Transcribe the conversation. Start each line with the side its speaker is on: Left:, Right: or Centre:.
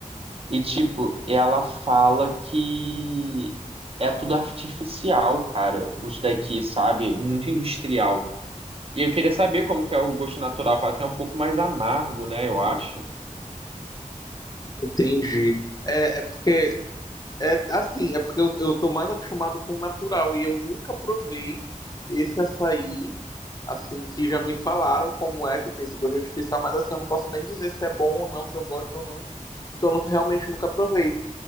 Right: E, tipo, ela fala que é tudo artificial, cara, os daqui, sabe? Muito industrial. E eu queria saber como que é o gosto natural. Fala que é um pouco mais amargo, né? Eu acho.
Left: Entendi. É, é porque É assim, é porque eu, eu tô mais acostumado com o natural e eu nunca provei esse açaí, assim, que já me falaram como é que tem esse gosto artificial, mas assim, eu não posso nem dizer se é bom ou não, se eu gosto ou não, porque eu nunca, realmente nunca provei.